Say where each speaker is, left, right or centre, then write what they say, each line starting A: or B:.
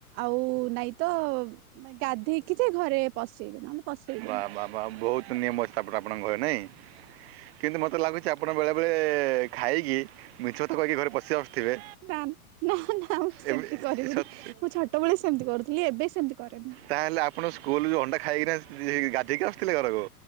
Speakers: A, on the right; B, on the right.
A: ଆଉ ନାଇଁ ତ ଗାଧେଇକି ଯେ ଘରେ ପଶେଇବି ନହେଲେ। ପଶେଇବେନି।
B: ବା ବା ବା ବହୁତ ନିୟମଅଛି ଆପଣଙ୍କ ଘରେ ନାଇଁ। କିନ୍ତୁ ମୋତେ ଲାଗୁଛି ଆପଣ ବେଳେବେଳେ ଖାଇକି ମିଛ କଥା କହିକି ଘରେ ପଶି ଆସୁଥିବେ
A: ନା ନା ସେମିତି
B: ଏମି-
A: କରିବୁନି
B: ସତ-
A: ମୁଁ ଛୋଟ ଛୋଟ ବେଳେ ସେମିତି କରୁଥିଲି ଏବେ ସେମିତି କରିବିନି।
B: ତାହେଲେ ଆପଣ ସ୍କୁଲ ଯେଉଁ ଅଣ୍ଡା ଖାଇକିନା ଗାଧୋଇକି ଆସୁଥିଲେ ଘରକୁ।